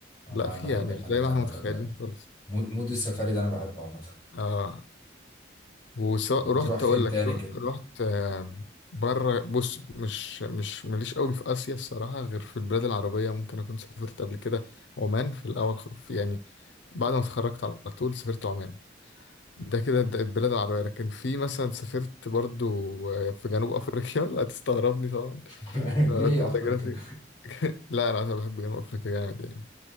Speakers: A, on the left; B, on the left.
A: انا
B: لا فيها
A: بحب
B: مش
A: الحاجات
B: زي
A: دي
B: ما احنا
A: عامه
B: متخيلين خالص
A: مود مود السفاري ده انا بحبه عامه
B: اه ورحت
A: وبتروح فين
B: اقول
A: تاني
B: لك
A: كده
B: رحت بره بص مش مش ماليش قوي في اسيا الصراحه غير في البلاد العربيه ممكن اكون سافرت قبل كده عمان في الاول خف يعني بعد ما اتخرجت على طول سافرت عمان ده كده ده البلاد العربيه لكن في مثلا سافرت برضو آه، في جنوب افريقيا <laughs> لا تستغربني طبعا
A: <laughs> ليه
B: أنا قلت
A: افريقيا
B: لك جنوب- لا انا بحب جنوب افريقيا جامد يعني